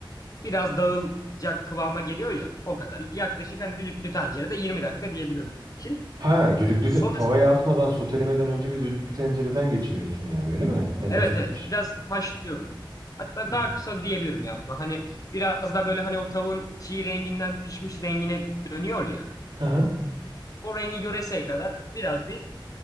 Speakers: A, on the left (about 45°); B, on the right (about 60°).
A: biraz dağılacak kıvama geliyor ya o kadar. Yaklaşık hani düdüklü tencerede 20 dakika diyebilirim bunun için.
B: Ha, düdüklü
A: Sonrasında
B: te- tavaya atmadan sotelemeden önce bir düdüklü tencereden geçiriyorsun yani öyle mi? Enteresanmış.
A: evet evet biraz haşlıyorum. Hatta
B: Hı.
A: daha kısa diyebilirim ya buna. Hani biraz da böyle hani o tavuğun çiğ renginden pişmiş rengine dönüyor ya.
B: Hı hı.
A: O rengi göreseye kadar biraz bir